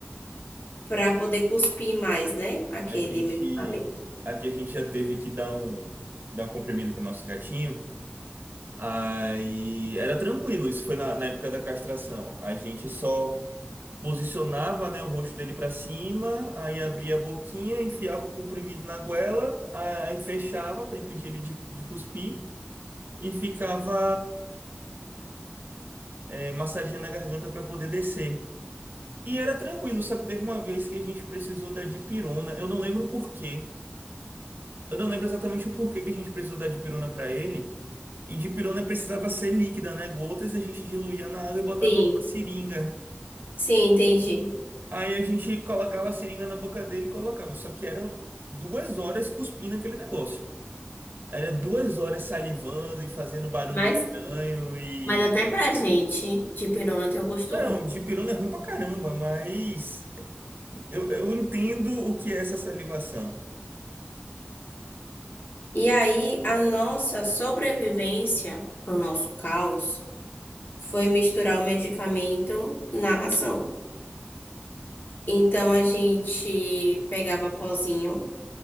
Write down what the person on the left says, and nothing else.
para poder cuspir mais, né? Aquele
medicamento.
Sim,
sim, entendi.
Mas,
mas até pra gente de perona tem um gosto
ruim.
E aí, a nossa sobrevivência, pro nosso caos, foi misturar o medicamento na ração. Então a gente pegava pozinho,